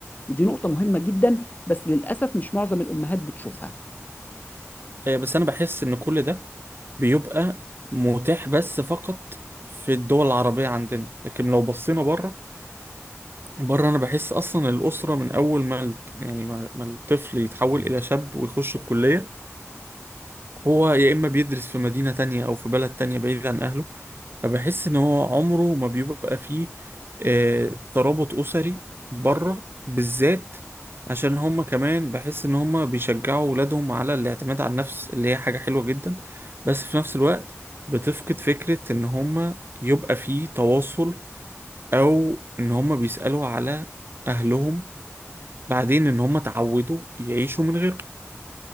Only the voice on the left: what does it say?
ودي نقطه مهمه جدا بس للاسف مش معظم الامهات بتشوفها